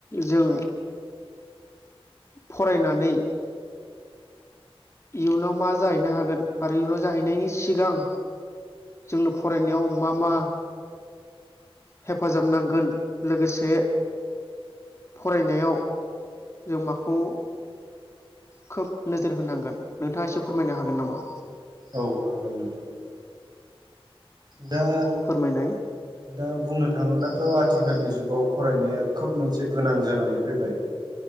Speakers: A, on the left; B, on the right.
A: जों। फरायनानै। इयुनाव मा जाहैनो हागोन आरो इयुनाव जाहैनायनि सिगां। जोंनो फरायनायाव मा मा हेफाजाब नांगोन लोगोसे फरायनायाव जों माखौ खोब नोजोर होनांगोन नोंथाङा एसे फोरमायनो हागोन नामा।
B: औ हागोन नोंथां। दा
A: फोरमायनाय
B: दा बुंनो थाङोब्लाथ आथिखालनि जुग। गाव फरायनाया खोब मोनसे गोनां जानानै फैबाय।